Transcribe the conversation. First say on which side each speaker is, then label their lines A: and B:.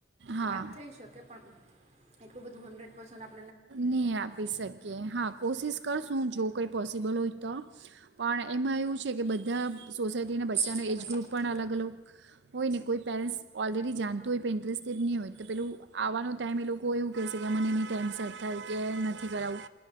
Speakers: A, on the right; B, on the right.
A: હા
B: વાત થઈ શકે પણ એટલું બધું હંડ્રેડ પસેન્ટ
A: નહીં આપી શકીએ. હા, કોશિશ કરશું જો કંઈ પોસિબલ હોય તો. પણ એમાં એવું છે કે બધા સોસાયટીના
B: સોસાયટીને
A: બચ્ચાનો એજ
B: પછી
A: ગ્રુપ પણ અલગ-અલગ હોય ને. કોઈ પેરેન્ટ્સ ઓલરેડી જાણતું હોય પણ ઇન્ટરેસ્ટેડ નહીં હોય. તો પેલું આવાનો ટાઈમ એ લોકો એવું કહેશે કે, અ મને એ ની ટાઈમ સેટ થાય કે નથી કરાવવું,